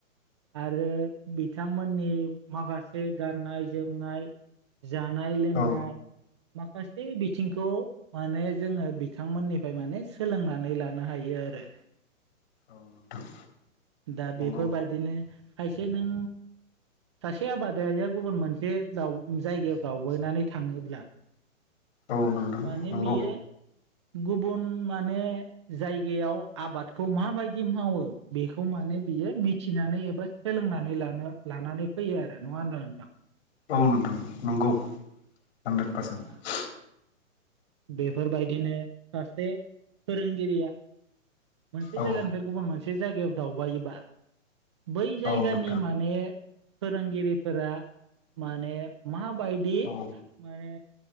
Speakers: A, on the right; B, on the left.
A: आरो बिथांमोननि माखासे गाननाय जोमनाय जानाय लोंनाय
B: औ
A: माखासे बिथिंखौ माने जोङो बिथांमोननिफ्राय माने सोलोंनानै लानो हायो आरो।
B: औ नोंथां।
A: दा बेफोरबायदिनो
B: नंगौ
A: खायसे नों सासे आबादारिया गुबुन मोनसे द जायगायाव दावबायनानै थाङोब्ला
B: औ नोंथां
A: माने
B: नंगौ
A: बियो गुबुन माने जायगायाव आबादखौ माबायदि मावो बेखौ माव माने बियो मिथिनानै एबा सोलोंनानै लानो लानानै फैयो आरो नङा होनबा नोंथां?
B: औ नोंथां नंगौ हानद्रेद पारसेन्ट।
A: दा बेफोरबायदिनो सासे फोरोंगिरिया मोनसे
B: औ
A: जायगानिफ्राय गुबुन मोनसे जायगायाव दावबायोबा बै जायगानि
B: औ नोंथां
A: माने फोरोंगिरिफोरा माने मा बायदि
B: औ
A: माने